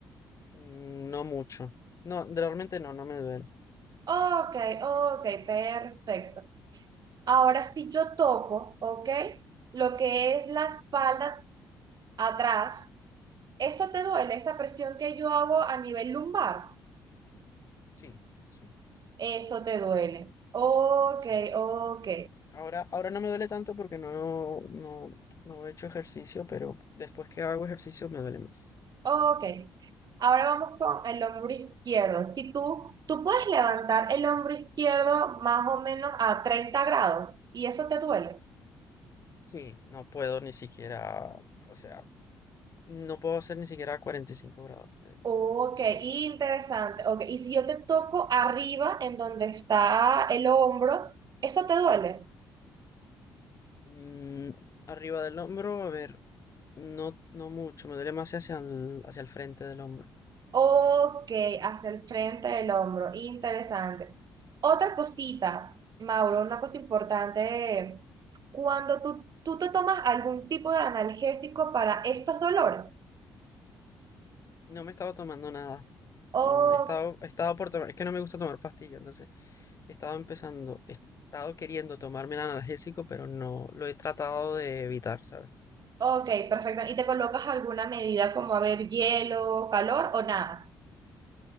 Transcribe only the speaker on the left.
Mm, No mucho. No, realmente no, no me duele.
Sí, sí,
sí.
Ahora, ahora no me duele tanto porque no, no, no he hecho ejercicio, pero después que hago ejercicio me duele más.
Sí, no puedo ni siquiera, o sea, no puedo hacer ni siquiera 45 grados. eh,
Mm, arriba del hombro, a ver, no, no mucho, me duele más hacia el, hacia el frente del hombro.
No me estaba tomando nada.
Mm, estaba, estaba por tomar, es que no me gusta tomar pastillas, entonces he estado empezando, he estado queriendo tomarme el analgésico, pero no, lo he tratado de evitar, ¿sabes?